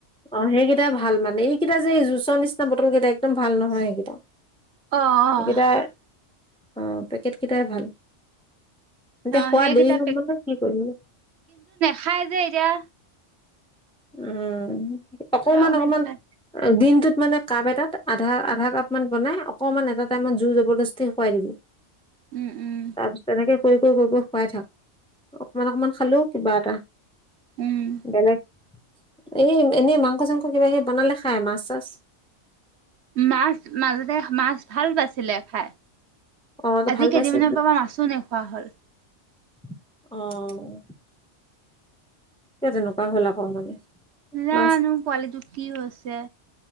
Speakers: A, in the centre; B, on the right.
A: অ সেইকেই এয়া ভাল মানে এইকেইটা যে এই জুঁচৰ নিচিনা বটল কেইটা একদম ভাল নহয় সেইকেইটা।
B: আহ
A: সেইকেইটা
B: আহ
A: অ পেকেট কেইটাই ভাল এতিয়া
B: অ
A: খোৱা
B: সেইকেইটা
A: দেৰি হ'ব ন কি কৰিব
B: খাই যে এতিয়া
A: উম অকমান
B: সেয়াও
A: অকমান
B: নেখায়
A: দিন। ত মানে কাপ এটাত আধা আধা কাপ মান বনাই অকনমান এটা টাইমত জুই জবৰদস্তি খোৱাই দিবি।
B: উম উম
A: তাৰপিছত তেনেকে কৰি কৰি কই খুৱাই থাক অকমান অকমান খালও কিবা এটা
B: উম
A: বেলেগ এই এনেই মাংস চাংস কিবা কিবি বনালে খায় মাছ চাছ।
B: মাছ মাজতে মাছ ভাল পাইছিলে খাই
A: অ তই
B: আজি
A: ভাল পাইছে
B: কেইদিনমানৰ পৰা মাছো নোখৱা হ'ল।
A: অহ। এ তেনেকুৱা হ'ল আকৌ মানে?
B: জানো
A: মাছ
B: পোৱালিটো কি হৈছে